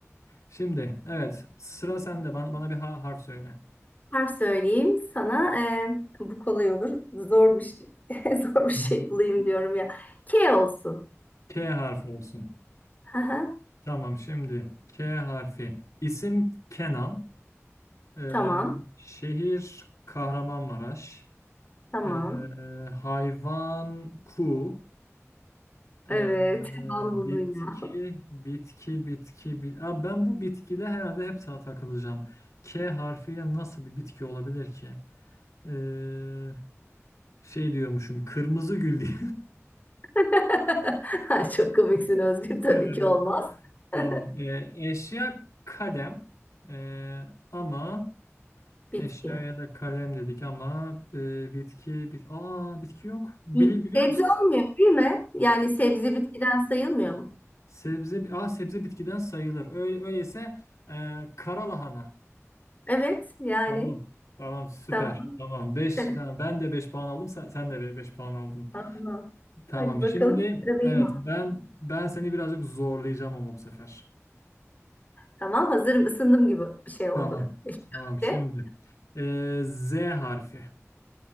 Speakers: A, on the left; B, on the left.
A: Şimdi evet sıra sende bana, bana bir ha- harf söyle.
B: Harf söyleyeyim sana. e, bu kolay olur. Zor bir şey, <laughs> zor bir şey
A: Hmm.
B: bulayım diyorum ya. K olsun.
A: K harfi olsun.
B: Aha,
A: Tamam şimdi K harfi. İsim Kenan. Ee,
B: Tamam.
A: şehir Kahramanmaraş.
B: Tamam.
A: Ee, hayvan ku.
B: Evet.
A: Ee,
B: <laughs> Tamam
A: bitki
B: buldun ya.
A: bitki bitki bit Aa, ben bu bitkide herhalde hep ta- takılacağım. K harfiyle nasıl bir bitki olabilir ki? Ee, şey diyormuşum kırmızı gül diye.
B: <laughs> Ha, Çok komiksin Özgür.
A: <laughs>
B: Tabii ki olmaz. <laughs>
A: Tamam. Ee, eşya kalem Ee, ama
B: Bitki.
A: eşyaya da kalem dedik ama e, bitki bit aa bitki yok. Bili,
B: Y-
A: biliyor
B: Sebze
A: musun?
B: olmuyor değil mi? Yani sebze bitkiden sayılmıyor mu?
A: Sebze aa sebze bitkiden sayılır. Öyle, öyleyse e, kara lahana.
B: Evet. Yani.
A: Tamam. Tamam süper.
B: Tamam.
A: Tamam. 5
B: <laughs>
A: tamam, ben de 5 puan aldım. Sen, sen de 5 puan aldın.
B: Tamam.
A: Tamam.
B: Hadi
A: Şimdi
B: bakalım. Sıra benim.
A: evet ben ben seni birazcık zorlayacağım ama bu sefer.
B: Tamam hazırım ısındım gibi bir şey oldu.
A: Tamam.
B: İlk köfte.
A: Tamam şimdi. Ee, Z harfi.